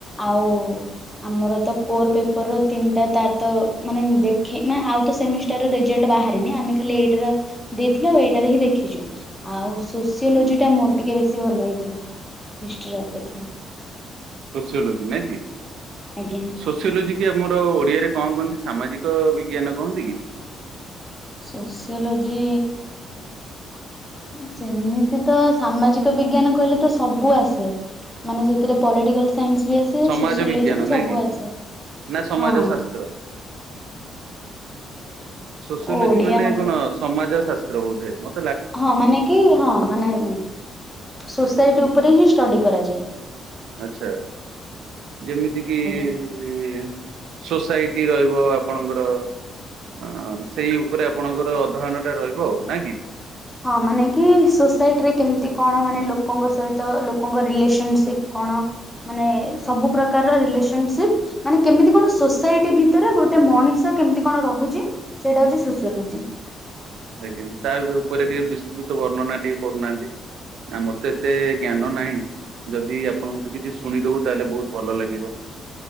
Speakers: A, in the centre; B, on the right (about 75°).
A: ଆଉ ଆମର ତ କୋର ପେପର ର ତିନିଟା ତାର ତ ମାନେ ଦେଖେ ମାନେ ଆଉ ତ ସେମିଷ୍ଟାର ରେଜଲ୍ଟ ବାହା ନି ଆମେ ଖାଲି ଏଇଟାର ଦେଇଥିଲୁ ଆଉ ଏଇଟାର ହିଁ ଦେଖିଛୁ। ଆଉ ସୋସିଓଲୋଜି ଟା ମୋର ଟିକେ ବେଶୀ ଭଲ ହେଇଥିଲା ହିଷ୍ଟ୍ରି ଅପେକ୍ଷା।
B: ସୋସିଓଲୋଜି ନାଇଁ କି
A: ଆଜ୍ଞା।
B: ସୋ ସିଓଲୋଜି କି ଆମର ଓଡ଼ିଆରେ କଣ କହନ୍ତି ସାମାଜିକ ବିଜ୍ଞାନ କହନ୍ତି କି?
A: ସୋସିଓଲୋଜି ସେମିତି ତ ସାମାଜିକ ବିଜ୍ଞାନ କହିଲେ ତ ସବୁ ଆସେ। ମାନେ ସେଥିରେ ପଲିଟିକାଲ ସାଇନ୍ସ ବି ଆସେ।
B: ସମାଜ
A: ସୋସିଓଲୋଜି
B: ବିଜ୍ଞାନ
A: ବି ସବୁ
B: ନାଇଁ କି
A: ଆସେ
B: ନା ସମାଜ
A: ହଁ।
B: ଶାସ୍ତ୍ର? ସୋସିଓଲୋଜି
A: ଓଡିଆ
B: ମାନେ
A: ମତେ
B: କଣ ସମାଜ ଶାସ୍ତ୍ର ବୋଧେ? ମ
A: ହଁ ମାନେ କି ହଁ ମାନେ ସୋସାଇଟି ଉପରେ ହିଁ ଷ୍ଟଡି କରାଯାଏ।
B: ଆଚ୍ଛା ଯେମିତି କିି
A: ଆଜ୍ଞା।
B: ଏ ସୋସାଇଟି ରହିବ ଆପଣଙ୍କର ଅ ସେଇ ଉପରେ ଆପଣଙ୍କର ଅଧ୍ୟୟନ ଟା ରହିବ ଆଉ ନା କି?
A: ହଁ ମାନେ କି ସୋସାଇଟିରେ କେମିତି କଣ ମାନେ ଲୋକଙ୍କ ସହିତ ଲୋକଙ୍କ ରିଲେସନସିପ୍ କଣ? ମାନେ ସବୁ ପ୍ରକାରର ରିଲେସନସିପ୍ ମାନେ କେମିତି କଣ ସୋସାଇଟି ଭିତରେ ଗୋଟେ ମଣିଷ କେମିତି କଣ ରହୁଛି? ସେଇଟା ହଉଚି ସୋସିଓଲୋଜି।
B: ଆଜ୍ଞା ତା ଉପରେ ଟିକେ ବିସ୍ତୃତ ବର୍ଣ୍ଣନା ଟିକେ କରୁନାହାନ୍ତି। ଆମର ତ ଏତେ ଜ୍ଞାନ ନାହିଁ ଯଦି ଆପଣଙ୍କୁଠୁ କିଛି ଶୁଣିଦବୁ ତାହେଲେ ବହୁତ ଭଲ ଲାଗିବ।